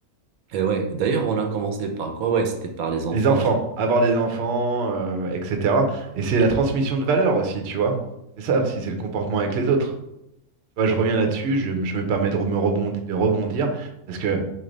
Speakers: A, on the right; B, on the right.
A: Et ouais, d'ailleurs, on a commencé par quoi? Ouais, c'était par les enfants.
B: Les enfants,
A: et-
B: avoir des enfants, euh, etc. Et c'est la transmission de valeurs aussi, tu vois. C'est ça aussi, c'est le comportement avec les autres. Tu vois, je reviens là-dessus, je, je me permets de re- me rebondir, de rebondir, parce que